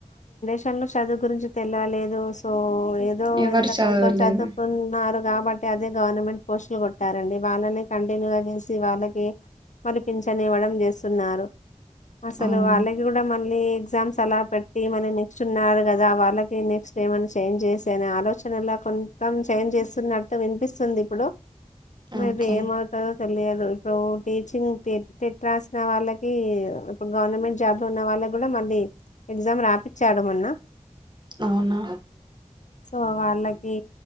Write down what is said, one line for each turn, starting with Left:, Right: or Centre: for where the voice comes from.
Left: షన్లో చదువు గురించి తెల్వలేదు సో ఏదో
Right: ఎవరు
Left: ఎంత
Right: చదవలేదు
Left: కొంత చదువుకున్నారు కాబట్టి అదే గవర్నమెంట్ పోస్ట్లు కొట్టారండి వాళ్ళనే కంటిన్యూగా చేసి వాళ్ళకి మళ్ళీ పింఛన్ ఇవ్వడం చేస్తున్నారు. అసలు
Right: అవును
Left: వాళ్ళకి గుడ మళ్ళీ ఎగ్జామ్స్ అలా పెట్టి మళ్ళ నెక్స్ట్ ఉన్నారు కదా వాళ్ళకి నెక్స్ట్ ఏమన్న చేంజ్ చేసేయనే ఆలోచనలా కొంచం చేంజ్ చేస్తున్నట్టు వినిపిస్తుంది ఇప్పుడు మే
Right: ఓకే
Left: బి ఏమౌతదో లేదు ఇప్పుడూ టీచింగ్ టెట్ రాసిన వాళ్ళకి ఇప్పుడు గవర్నమెంట్ జాబ్ ఉన్న వాళ్ళక్ గుడా మళ్ళీ ఎగ్జామ్ రాపిచ్చాడు మొన్న
Right: అవునా
Left: సో వాళ్ళకి